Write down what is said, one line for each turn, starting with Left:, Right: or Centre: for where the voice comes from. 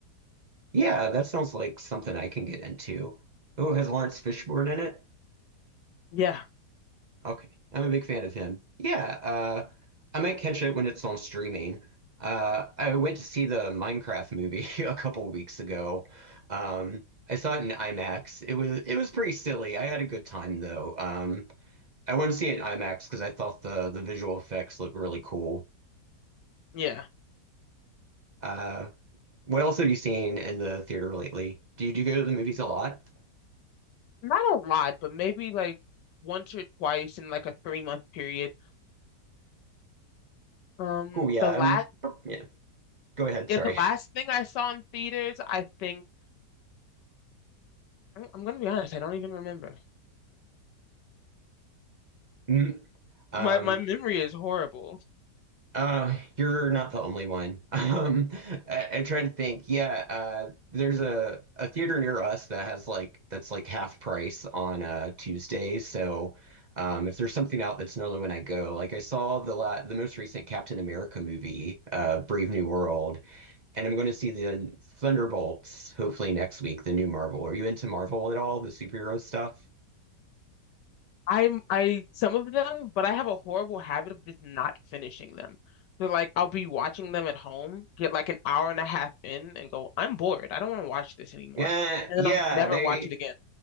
Right: Yeah, that sounds like something I can get into. Oh, has Lawrence Fishburne in it?
Left: Yeah,
Right: Okay, I'm a big fan of him. Yeah, uh, I might catch it when it's on streaming. Uh, I went to see the Minecraft movie <laughs> a couple weeks ago. Um, I saw it in IMAX. It was it was pretty silly. I had a good time though. Um, I want to see it in IMAX because I thought the the visual effects look really cool.
Left: yeah.
Right: Uh, what else have you seen in the theater lately? Do you, do you go to the movies a lot?
Left: Not a lot, but maybe like once or twice in like a three month period. Um,
Right: Cool, yeah,
Left: the last,
Right: I'm, yeah. Go ahead.
Left: yeah,
Right: Sorry.
Left: the last thing I saw in theaters, I think I'm, I'm gonna be honest, I don't even remember.
Right: Mm, Um,
Left: My my memory is horrible.
Right: uh, you're not the only one. <laughs> Um, I, I'm trying to think. Yeah, uh, there's a a theater near us that has like that's like half price on uh Tuesdays. So, um, if there's something out that's normally when I go, like I saw the la the most recent Captain America movie, uh, Brave New World, and I'm going to see the Thunderbolts hopefully next week, the new Marvel. Are you into Marvel at all, the superhero stuff?
Left: I'm I some of them, but I have a horrible habit of just not finishing them. So like I'll be watching them at home, get like an hour and a half in, and go, I'm bored. I don't want to watch this anymore,
Right: Yeah,
Left: and
Right: yeah,
Left: then I'll never
Right: they,
Left: watch it again.